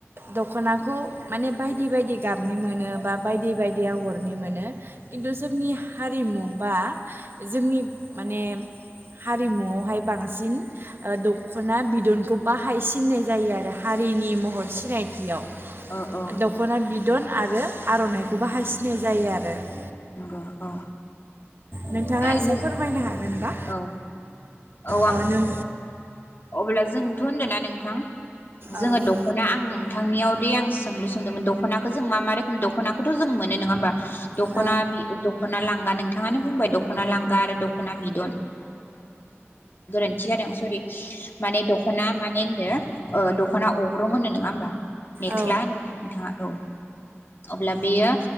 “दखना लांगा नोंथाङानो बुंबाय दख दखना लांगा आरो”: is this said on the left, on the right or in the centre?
Left